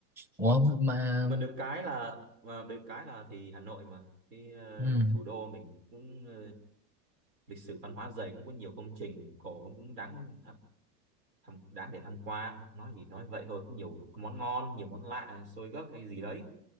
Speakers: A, in the centre; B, on the right.
A: ủa mà
B: mà được cái là mà được cái là thì Hà Nội mà cái ờ,
A: ừ,
B: thủ đô mình cũng ờ, lịch sử văn hóa dày cũng có nhiều công trình cổ cũng đáng à, tham, đáng để tham quan nói gì nói vậy thôi cũng nhiều món ngon nhiều món lạ xôi gấc hay gì đấy